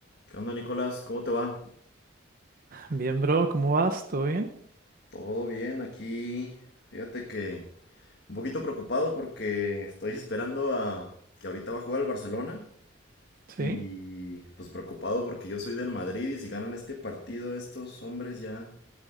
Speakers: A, on the left (about 55°); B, on the right (about 45°).
A: ¿Qué onda, Nicolás? ¿Cómo te va?
B: Bien, bro, ¿cómo vas? ¿Todo bien?
A: Todo bien aquí. Fíjate que un poquito preocupado porque estoy esperando a que ahorita va a jugar el Barcelona
B: Sí.
A: y pues preocupado porque yo soy del Madrid y si ganan este partido estos hombres ya